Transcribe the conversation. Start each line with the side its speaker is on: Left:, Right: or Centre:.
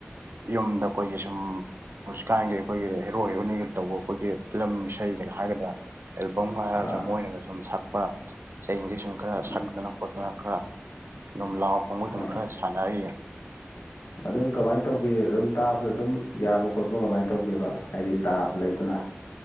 Right: ꯌꯨꯝꯗ ꯑꯩꯈꯣꯏꯒꯤ ꯁꯨꯝ ꯍꯧꯖꯤꯛꯀꯥꯟꯒꯤ ꯑꯩꯈꯣꯏꯒꯤ ꯍꯦꯔꯣ ꯍꯦꯔꯣꯅꯤꯒ ꯇꯧꯕ ꯑꯩꯈꯣꯏꯒꯤ ꯐꯤꯂꯝ ꯏꯁꯩꯒꯅ ꯍꯥꯏꯒꯗ꯭ꯔꯥ ꯑꯦꯜꯕꯝꯒ ꯍꯥꯏꯒꯗ꯭ꯔꯥ
Left: ꯑꯥ
Right: ꯃꯣꯏꯅꯒ ꯁꯨꯝ ꯁꯛꯄ ꯏꯁꯩꯁꯤꯡꯖ‌ꯦ ꯁꯨꯝ ꯈꯔ
Left: ꯎꯝ
Right: ꯁꯛꯇꯅ ꯈꯣꯠꯇꯅ ꯈꯔ ꯑꯗꯨꯝ ꯂꯥꯎ ꯈꯣꯡꯕ ꯑꯗꯨꯝ
Left: ꯑꯥ
Right: ꯈꯔ ꯁꯥꯟꯅꯔꯤꯌꯦ
Left: ꯑꯗꯨꯝ ꯀꯃꯥꯏꯅ ꯇꯧꯒꯦ ꯑꯗꯨꯝ ꯇꯥꯕꯗ ꯑꯗꯨꯝ ꯌꯥꯕ꯭ꯔꫭ ꯈꯣꯠꯄ꯭ꯔꯣ ꯀꯃꯥꯏꯅ ꯇꯧꯒꯦꯕ ꯍꯥꯏꯗꯤ ꯇꯥꯞ ꯂꯩꯇꯅ